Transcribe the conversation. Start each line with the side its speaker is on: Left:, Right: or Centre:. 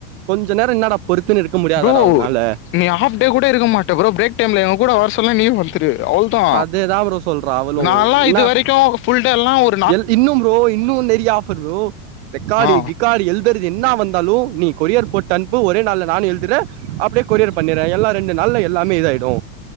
Right: கொஞ்ச நேர என்னடா பொறுத்துன்னு இருக்க முடியாதாடா
Left: ப்ரோ
Right: ஒன்னால
Left: நீ ஹாஃப் டே கூட இருக்க மாட்ட ப்ரோ பிரேக் டைம்ல எங்கூட வர சொல்ல நீயு வ ந்ரு அவ்ளோதா
Right: அதேதா ப்ரோ சொல்றா அவளு
Left: நான்ல்லா
Right: என்னா
Left: இது வரைக்கு புல்டேல்லா ஒர்க்
Right: எல் இன்னு ப்ரோ இன்னு நெரியா ஆஃபர் ப்ரோ ரெக்கார்டு
Left: ஆ
Right: கிக்கார்டு எல் துறது என்னா வந்தாலு நீ கொரியர் போட்டு அனுப் பு ஒரே நாள்ல நானு எழுதுறே அப்டியே கொரியர் பண்ணிறே எல்லா ரெண்டு நாள்ல எல்லாமே இத ஆய்டு